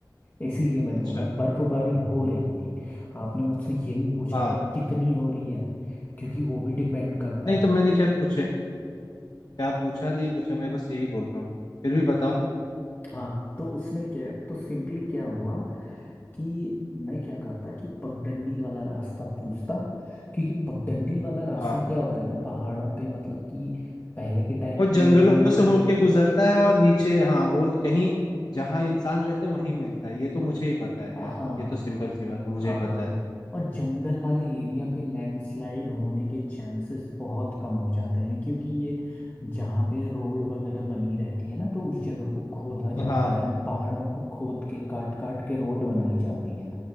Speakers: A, on the left; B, on the left.
A: इसीलिए मैंने
B: अच्छा
A: बोला बर्फबारी हो रही थी आपने मुझसे ये नहीं पूछा
B: हाँ
A: था कितनी हो रही है क्योंकि वो भी डिपेंड करता
B: नहीं
A: है
B: तो मैंने क्या पूछे क्या पूछा नहीं पूछा मैं बस यही बोल रहा हूँ फिर भी बताओ
A: हाँ तो उसने क्या तो सिंपली क्या हुआ कि मैं क्या करता कि पगडंडी वाला रास्ता पूछता क्योंकि पगडंडी वाला रास्ता
B: हाँ
A: क्या होता है ना पहाड़ों पे मतलब कि पहले के टाइम
B: वो
A: पे
B: जंगलों
A: रोड
B: से होके गुजरता है और नीचे हाँ वो कहीं जहाँ इंसान रहते वहीं मिलता है ये तो मुझे ही पता है
A: हाँ
B: यार ये तो सिंपल सी बात है मुझे
A: हाँ
B: ही पता है
A: और जंगल वाले एरिया पे लैंडस्लाइड होने के चांसेस बहुत कम हो जाते हैं क्योंकि ये जहाँ पे रोड वगैरह बनी रहती है ना तो उस जगह को खोदा
B: हाँ
A: जाता है पहाड़ों को खोद के काट काट के रोड बनाई जाती है